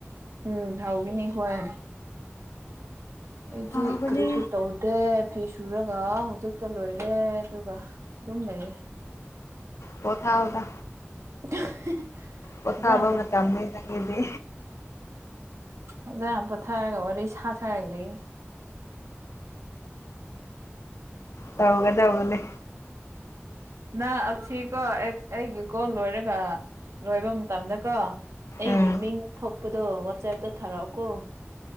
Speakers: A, on the right; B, on the left.
A: ꯎꯝ ꯍꯧꯒꯅꯤ ꯑꯩ ꯍꯣꯏ ꯑꯩꯒꯤ
B: ꯍꯥꯎꯕꯅꯦ
A: ꯀ꯭ꯔꯤꯁ ꯇꯧ ꯗꯦ ꯐꯤ ꯁꯨꯔꯒ ꯍꯧꯖꯤꯛꯇ ꯂꯣꯏꯔꯦ ꯑꯗꯨꯒ ꯑꯗꯨꯝ ꯂꯩꯌꯦ
B: ꯀꯣꯊꯥ ꯑꯣꯒ
A: <inaudible>
B: ꯄꯣꯊꯥꯕ
A: ꯐꯖꯅ
B: ꯃꯇꯝꯅꯤ ꯆꯪꯒꯤꯗꯤ
A: ꯎꯝꯖ ꯄꯣꯊꯔꯒ ꯋꯥꯔꯤ ꯁꯥ ꯁꯥꯒ ꯂꯩ
B: ꯇꯧꯒ ꯇꯧꯕꯅꯦ
A: ꯅ ꯑꯁꯤꯀꯣ ꯑꯩꯒꯤ ꯀꯣꯜ ꯂꯣꯏꯔꯒ ꯂꯣꯏꯕ ꯃꯇꯝꯗꯀꯣ ꯑꯩꯒꯤ
B: ꯎꯝ
A: ꯃꯤꯡ ꯊꯣꯛꯄꯗꯣ ꯋꯥꯆꯦꯞꯇ ꯊꯥꯔꯛꯑꯣꯀꯣ <inaudible>